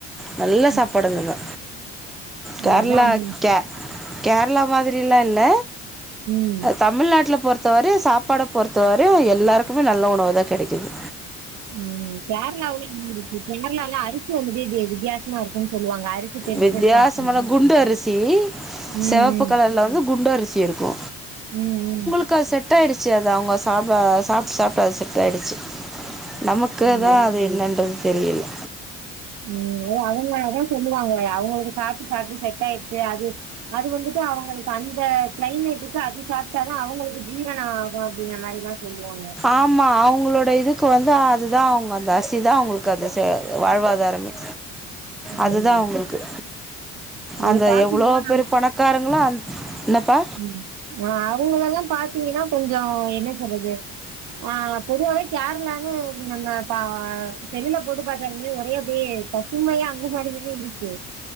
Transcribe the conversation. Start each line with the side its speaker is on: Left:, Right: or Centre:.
Centre: நல்
Right: ம்.
Centre: சாப்பாடுங்க தா கேர்ளா
Right: அதான் அது.
Centre: கே கேர்ளா மாதிரில்லா இல்ல
Right: ம்
Centre: தமிழ்நாட்ல பொறுத்த வரையும் சாப்பாட பொறுத்த வரையும் எல்லாருக்குமே நல்ல உணவு தா கெடைக்குது
Right: ம் கேர்ளாவ்ல எங்குட்டு இருக்கு கேர்ளால அரிசே வந்துட்டு வித்தியாசமா இருக்கும்ன்னு சொல்லுவாங்க அரிசி பெருசு
Centre: வித்தியாசமால
Right: பெருசா இருக்கும்.
Centre: குண்டு அரிசி
Right: ம். ம்.
Centre: செவப்பு கலர்ல வந்து குண்டு அரிசி இருக்கு
Right: ம் ம்
Centre: அக்கா செட் ஆயிடுச்சு அது அவங்க சாப்ட சாப்ட்டு சாப்ட்டு அது செட் ஆயிடுச்சு நமக்குல
Right: ஓ!
Centre: தா அது என்னன்றது தெரியில்ல
Right: ம் அது அவங்ளா அதா சொல்லுவாங்க அவங்களுக்கு சாப்ட்டு சாப்ட்டு செட் ஆயிடுச்சு அது அது வந்துட்டு அவங்களுக்கு அந்த கிளைமேட்டுக்கு அது சாப்ட்டா தா அவங்களுக்கு ஜீரனம் ஆகும் அப்படிங்ற மாரிலா சொல்வாங்க
Centre: ஆமா அவுங்களோட இதுக்கு வந்து அது தா அவுங்க அந்த அர்சி தா அவுங்குள்க்கு அது வாழ்வாதாரமே
Right: ம்.
Centre: அதுதா அவுங்களுக்கு
Right: நீங்க
Centre: அந்த
Right: பாத்தீங்கன்னா
Centre: எவ்ளோ பெரு பணக்காரங்களோ அந் என்னப்பா
Right: ம் ஆ அவங்களெல்லா பாத்தீங்கன்னா கொஞ்சோ என்ன சொல்றது ஆ பொதுவாவே கேரளான்னு நம்ம பா செல்லுல போட்டு பாத்தால்மே ஒரே அப்டியே இல்லயா அங்க சரிக்கின்னு வந்துச்சி